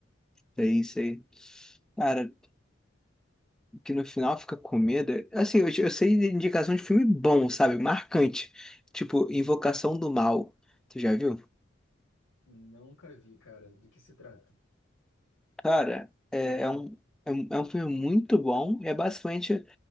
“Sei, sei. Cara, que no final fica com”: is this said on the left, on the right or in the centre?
Centre